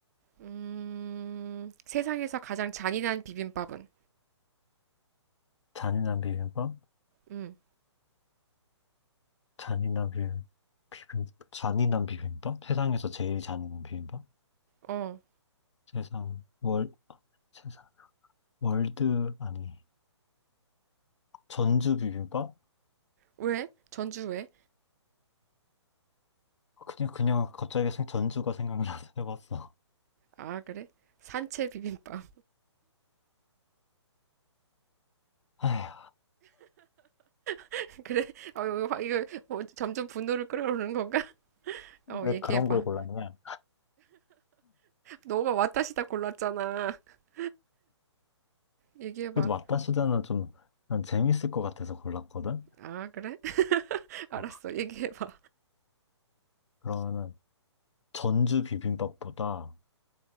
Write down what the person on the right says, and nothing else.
음, 세상에서 가장 잔인한 비빔밥은?
음,
어,
왜? 전주 왜?
아, 그래? 산채 비빔밥.
<laughs> 그래? 어, 이거, 이거 뭐 점점 분노를 끌어오는 건가? <laughs> 어,
얘기해봐.
너가 왔다시다 골랐잖아. <laughs> 얘기해봐.
아, 그래? <laughs> 알았어.
얘기해봐.